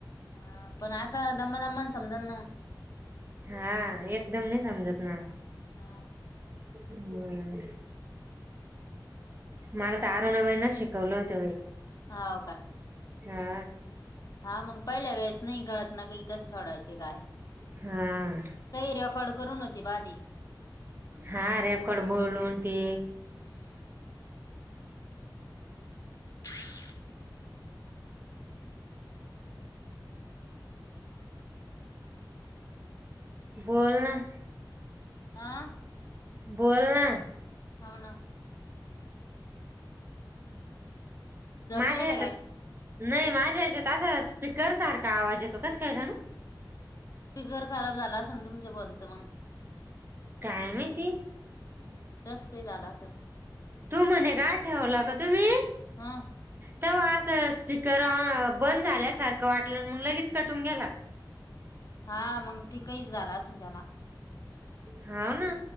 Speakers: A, on the left; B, on the right.
A: हा पण आता दमा दममण समजण ना.
B: हा एकदम नाही समजत ना
A: हा
B: बर
A: का
B: मला तर अरुणाबाईना शिकवलं होतं बाई
A: ह हो का
B: हा
A: हा मग पहिल्या वेळेस नाही कळत ना क कसं सोडायच काय
B: हा
A: काही रेकॉर्ड करू नव्हती बाधी
B: हा रेकॉर्ड बोलून ते
A: हम्म हम्
B: बोलण
A: आह
B: बोल ना
A: हो ना जपले
B: माझ्या ह्याच्यात
A: ते काय
B: नाही माझ्या या्याच्यात असा स्पीकर सारखा आवाज येतो कस काय खाणू
A: स्पीकर खराब झाला अस ना तुमच्या फोनचं मग
B: काय माहिती
A: हम्म तस काही झालं असं
B: तू म्हणे का ठेवला का तुम्ही
A: हा
B: तर अस स्पीकर बंद झाल्यासारखं वाटलं मग लगेच कटून गेला
A: हा मग तेिकहीच झालं असध्याला
B: हा ना